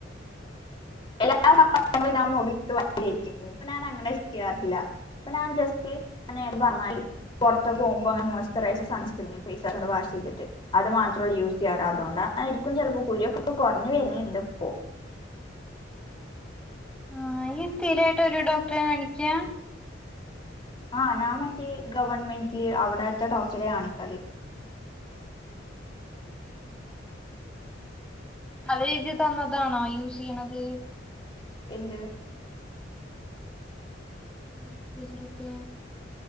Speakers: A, on the left (about 25°); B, in the centre.
A: എല്ലാ സാധനങ്ങളും ഞാൻ മുഖത്ത് വാരി തേക്കും ഇപ്പൊ ഞാൻ അങ്ങനെ ചെയ്യാറില്ല. ഇപ്പൊ ഞാൻ ജസ്റ്റ് <unintelligible> പുറത്ത് പോകുമ്പോ മോയിസ്ചറൈസർ സൺസ്ക്രീം ഫേസ് വാഷ് കൊണ്ട് വാഷ് ചെയ്തിട്ട്. അത് മാത്രള്ളു യൂസ് ചെയ്യാറ് അതുകൊണ്ടായിരിക്കും ചിലപ്പോ കുരുയൊക്കെ പ്പൊ കുറഞ്ഞു വരുന്നുണ്ട് ഇപ്പോ.
B: ആഹ് ഇയ്യ് സ്ഥിരായിട്ട് ഒരു ഡോക്ടറെ കാണിക്കാ.
A: ആഹ് ഞാൻ മറ്റേ ഗവൺമെന്റില് അവിടത്തെ ഡോക്ടറെ കാണിക്കല്.
B: <inaudible> അവരെഴുതി തന്നതാണോ യൂസ് ചെയ്യണത്.
A: എന്ത്.
B: മോയിസ്ചറൈസർ ഒക്കെ.